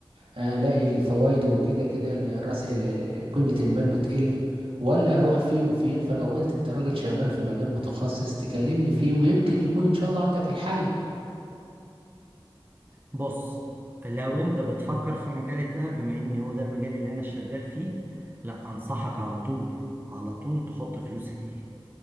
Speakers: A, on the right; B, on the right.
A: آه، الاقي الفوائد وكده كده ال- راس ال- ال- قيمه المال بتقل ولا اروح فيهم فين فانا قلت انت راجل شغال في مجال متخصص تكلمني فيه ويمكن يكون ان شاء الله عندك الحل
B: بص لو انت بتفكر في مجال الذهب بما ان هو ده المجال اللي انا شغال فيه لا انصحك على طول على طول تحط فلوسك فيه